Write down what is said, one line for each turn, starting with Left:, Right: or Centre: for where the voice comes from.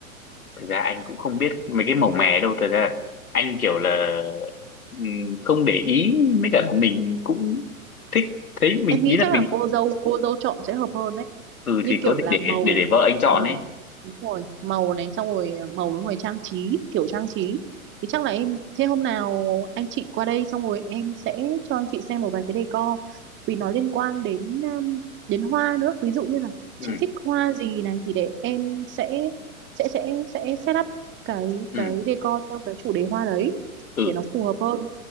Left: thực ra anh cũng không biết mấy cái màu mè đâu thực ra anh kiểu là ừm, không để ý mới cả là mình cũng thích thấy mình
Right: em nghĩ
Left: ý là
Right: chắc
Left: mình
Right: là cô dâu cô dâu chọn sẽ hợp hơn đấy
Left: ừ
Right: như
Left: thì
Right: kiểu
Left: có
Right: là
Left: gì để
Right: màu
Left: để để vợ anh chọn
Right: màu
Left: ấy
Right: đúng rồi màu này xong rồi ờ, màu với rồi trang trí kiểu trang trí thì chắc là em thế hôm nào anh chị qua đây xong rồi em sẽ cho anh chị xem một vài cái decor vì nó liên quan đến um, đến hoa nữa ví dụ như là
Left: ừ
Right: chị thích hoa gì này thì để em sẽ sẽ sẽ sẽ set up cái
Left: ừ
Right: cái decor theo cái chủ đề hoa đấy
Left: ừ
Right: để nó phù hợp hơn